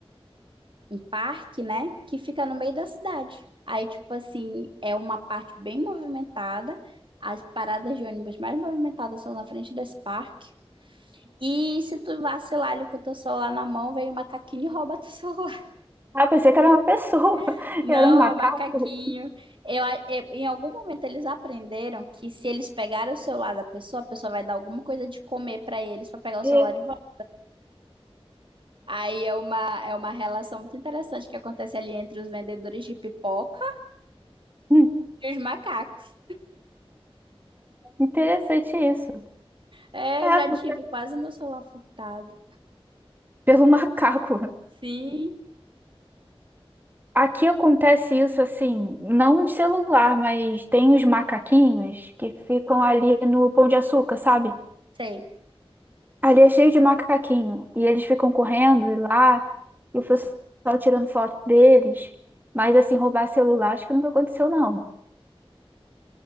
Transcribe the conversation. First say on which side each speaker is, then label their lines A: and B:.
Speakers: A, on the right; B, on the right.
A: um parque, né, que fica no meio da cidade. Aí, tipo assim, é uma parte bem movimentada. As paradas de ônibus mais movimentadas são na frente desse parque. E se tu vacilar ali com o teu celular na mão, vem o macaquinho e rouba teu celular.
B: Ah, eu pensei que era uma pessoa,
A: <laughs>
B: <laughs>
A: Não,
B: era um macaco.
A: é o macaquinho. Eu, a- eu- em algum momento eles aprenderam que se eles pegarem o celular da pessoa, a pessoa vai dar alguma coisa de comer pra eles pra pegar o
B: E,
A: celular de volta. Aí é uma, é uma relação muito interessante que acontece ali entre os vendedores de pipoca
B: hum,
A: e os macacos.
B: interessante isso.
A: É,
B: É,
A: eu já
B: porque-
A: tive
B: é
A: quase meu celular furtado.
B: pelo macaco.
A: Sim.
B: Aqui acontece isso assim, não de celular, mas tem os macaquinhos que ficam ali no Pão de Açúcar, sabe?
A: Sei.
B: Ali é cheio de macaquinho. E eles ficam correndo e lá, e o pessoal tirando foto deles. Mas assim, roubar celular, acho que nunca aconteceu, não.